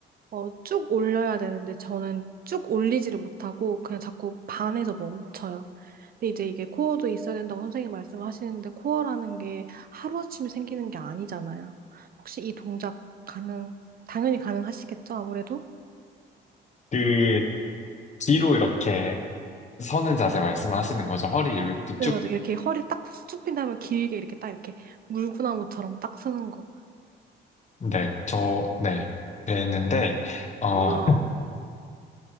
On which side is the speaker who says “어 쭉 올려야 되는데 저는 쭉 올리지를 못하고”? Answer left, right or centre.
Right